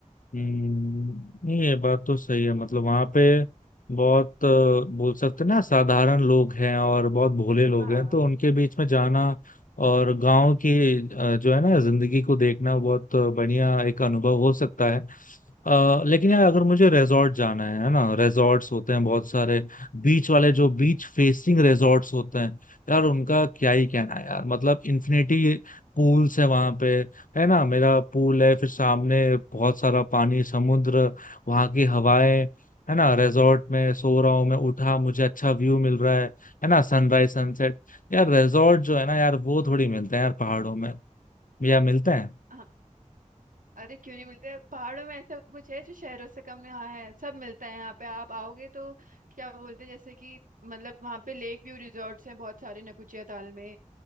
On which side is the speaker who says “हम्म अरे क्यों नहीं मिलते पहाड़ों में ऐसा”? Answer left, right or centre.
Right